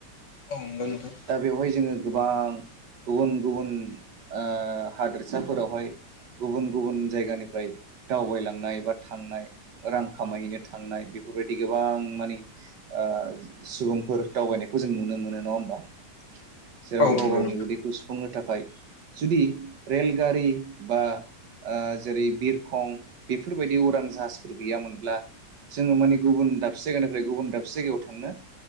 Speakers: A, on the left; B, on the right.
A: औ नंगौ नोंथां।
B: दा बेवहाय जोङो गोबां गुबुन गुबुन ओ हादोरसाफोरावहाय गुबुन गुबुन जायगानिफ्राय दावबायलांनाय बा थांनाय रां खामायहैनो थांनाय बेफोरबायदि गोबां माने ओ सुबुंफोर दावबायनायखौ जों नुनो मोनो नङा होमबा। जेराव
A: औ नंगौ नोंथां औ
B: गाव
A: नंगौ
B: गावनि
A: नोंथां
B: उदैखौ सुफुंनो थाखाय जुदि रेलगारि बा ओ जेरै बिरखं बेफोरबायदि उरां जाहाजफोर गैयामोनब्ला जोङो माने गुबुन दाबसे जायगानिफ्राय गुबुन दाबसे जायगायाव थांनो